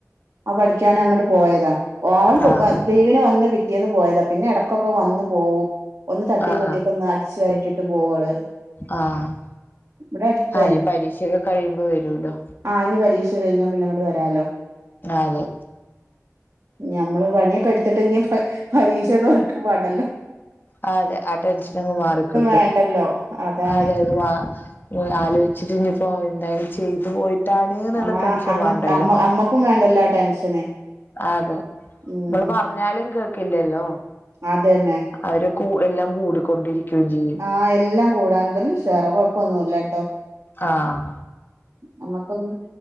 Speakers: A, on the right (about 55°); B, on the left (about 40°).
A: ആ പഠിക്കാനും അങ്ങോട്ട് പോയതാ <unintelligible>
B: ആഹ്
A: ലീവിന് വന്ന് പിറ്റേന്ന് പോയതാ പിന്നെ ഇടക്കൊക്കെ വന്ന് പോവും ഒന്ന് തട്ടി
B: ആഹ്
A: കൂട്ടിക്കെ
B: ആഹ്
A: ഒന്ന് അടിച്ചാരിയിട്ട ട്ട് പോവോള്
B: ആഹ്
A: ഇവിടെ അടുത്ത്
B: ആ ഇനി പരീക്ഷൊക്കെ കഴിയുമ്പോ വരുലോ
A: ആ ഞ്ഞി പരീക്ഷ കഴിഞ്ഞാ പിന്നെ ങ്ങോട്ട് വരാലോ
B: അതെ
A: ഞമ്മള് പണിയൊക്കെ എടുത്തിട്ട് ഇനി പരീക്ഷ തൊറക്കും പാടല്ലോ
B: ആ അതെ ആ ടെൻഷൻങ്ങ് മാറിക്കിട്ടും
A: വേണ്ടല്ലോ അതാണ്
B: അതെ അത് മാ ആലോചിച്ചിട്ട് ഇനിയിപ്പോ എന്തായാലും ചെയ്തു പോയിട്ടാണ് എന്നുള്ള
A: ആ
B: ടെൻഷൻ
A: അങ്ങ
B: വേണ്ടല്ലോ
A: അമ്മ അമ്മക്കും വേണ്ടല്ലോ ടെൻഷന്
B: അതെ നമ്മൾ
A: ഉം
B: പറഞ്ഞാലും കേക്കില്ലല്ലോ
A: അതന്നെ
B: അവരെ കു എല്ലാം കൂടിക്കൊണ്ടിരിക്കുകയും ചെയ്യും
A: ആഹ് എല്ലാം കൂടാനും വല്ല ഉഷാറ കൊഴപ്പൊന്നുല്ലട്ടോ
B: ആഹ്
A: നമ്മക്കൊന്നും